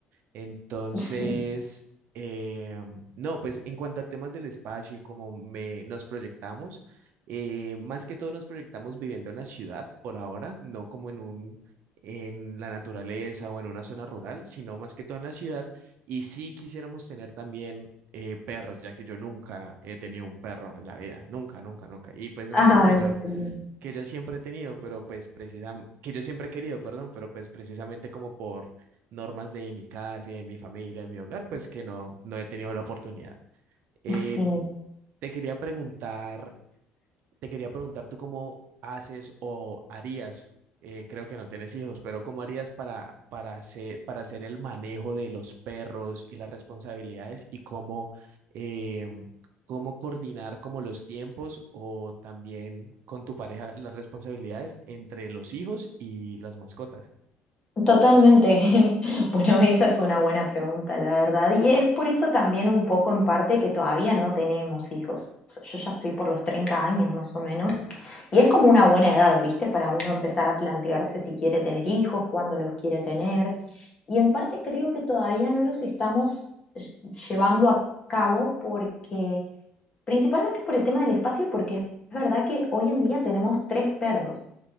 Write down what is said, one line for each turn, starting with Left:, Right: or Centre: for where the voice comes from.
Right: Entonces,
Left: sí.
Right: eh, no, pues en cuanto a temas del espacio y cómo me, nos proyectamos, eh, más que todo nos proyectamos viviendo en la ciudad por ahora, no como en un, en la naturaleza o en una zona rural, sino más que todo en la ciudad. Y sí quisiéramos tener también eh, perros, ya que yo nunca he tenido un perro en la vida, nunca, nunca, nunca. Y pues es
Left: Ah,
Right: algo que yo
Left: qué bien.
Right: que yo siempre he tenido, pero pues precisamente, que yo siempre he querido, perdón, pero pues precisamente como por normas de mi casa y de mi familia, de mi hogar, pues que no, no he tenido la oportunidad. Eh,
Left: sí,
Right: te quería preguntar te quería preguntar tú cómo haces o harías, eh, creo que no tienes hijos, pero cómo harías para, para hacer, para hacer el manejo de los perros y las responsabilidades y cómo, eh, cómo coordinar como los tiempos o también con tu pareja las responsabilidades entre los hijos y las mascotas.
Left: totalmente. <laughs> Bueno, esa es una buena pregunta, la verdad. Y es por eso también un poco en parte que todavía no tenemos hijos. Yo ya estoy por los 30 años más o menos. Y es como una buena edad, ¿viste? Para uno empezar a plantearse si quiere tener hijos, cuándo los quiere tener. Y en parte creo que todavía no los estamos ll- llevando a cabo porque, principalmente por el tema del espacio, porque es verdad que hoy en día tenemos tres perros.